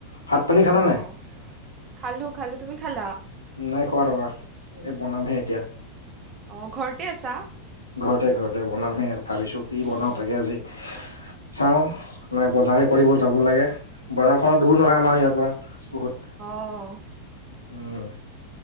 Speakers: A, on the left; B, on the right.
A: ভাত পানী খালা
B: অ'।
A: নাই
B: ভাত পানী খালা নাই? খালোঁ খালোঁ, তুমি খালা?
A: নাই খোৱা ৰ'বা, এই বনামহে এতিয়া।
B: অ' ঘৰতে আছা?
A: ঘৰতে ঘৰতে বনামহে, ভাবিছোঁ কি বনাও
B: অঁ
A: তাকে আজি। চাওঁ মানে বজাৰে কৰিব যাব লাগে, বজাৰখন দূৰ নহয় আমাৰ ইয়াৰপৰা। বহুত।
B: অ'।
A: উম,